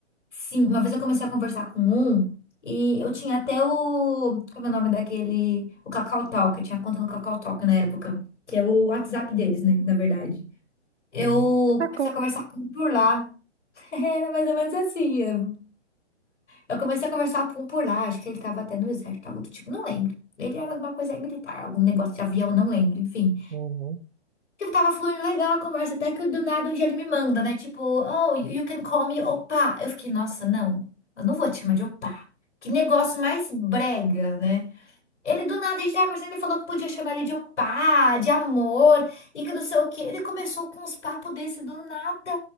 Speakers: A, on the left (about 80°); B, on the right (about 70°).
A: sim, uma vez eu comecei a conversar com um e eu tinha até o, como é o nome daquele, o Kakao Talk, eu tinha conta no Kakao Talk na época, que é o WhatsApp deles, né, na verdade. Eu
B: Uhum. Cacô.
A: comecei a conversar com um por lá. <laughs> Era mais ou menos assim. Eu eu comecei a conversar com um por lá. Acho que ele tava até no exército, algo do tipo, não lembro. Ele era alguma coisa aí militar, algum negócio de avião, não lembro, enfim.
B: Uhum.
A: Eu tava fluindo legal a conversa, até que do nada um dia ele me manda, né? Tipo, oh, you you can call me opa. Eu fiquei, nossa, não, eu não vou te chamar de opa. Que negócio mais brega, né? Ele do nada, a gente tava conversando, ele falou que podia chamar ele de opá, de amor, e que não sei o quê. Ele começou com uns papos desse do nada.